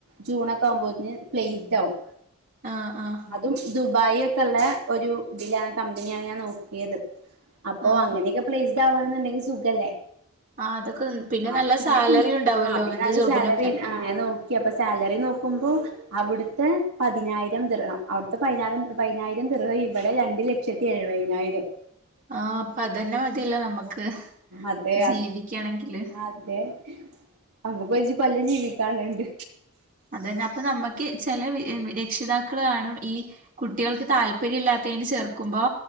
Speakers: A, on the right; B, on the right.
A: ജൂണൊക്കെ ആവുമ്പോന് പ്ലേസ് ഡാവും
B: ആഹ് ആഹ്
A: അതും ദുബായി ഒക്കെ ഉള്ള ഒരു ഇതിലാണ് കമ്പനിയാണ് ഞാൻ നോക്കിയത് അപ്പൊ
B: ആഹ്
A: അങ്ങനെയൊക്കെ പ്ലേസ്ഡ് ആവാണെന്നുണ്ടെങ്കിൽ സുഖല്ലേ
B: ആഹ് അതൊക്കെ
A: ആ
B: നല്ല
A: പിന്നെ
B: സാലറി
A: പിന്നെ
B: ഉണ്ടാവല്ലോ
A: ആഹ് പിന്നെ
B: അങ്ങനത്തെ
A: നല്ല
B: ജോബിനൊക്കെ
A: സാലറി ആ ഞാൻ നോക്കി അപ്പൊ സാലറി നോക്കുമ്പോ അവിടുത്തെ പതിനായിരം ദിർഹം അവിടുത്തെ പതിനായിരം പതിനായിരം ദിർഹം ഇവിടെ രണ്ടു ലക്ഷത്തി എഴുപതിനായിരം
B: ആഹ് അപ്പൊ അതെന്നെ മതിയല്ലോ നമ്മക്ക്
A: അതെ
B: ജീവിക്കണെങ്കില്
A: അ അതെ നമ്മക്ക് കുറച്ച് കൊല്ലം ജീവിക്കാൻ ള്ളണ്ട്
B: അതന്നെ അപ്പൊ നമ്മക്ക് ചെല രക്ഷിതാക്കള് കാണും ഈ കുട്ടികൾക്ക് താല്പര്യം ഇല്ലാത്തതിന് ചേർക്കുമ്പോ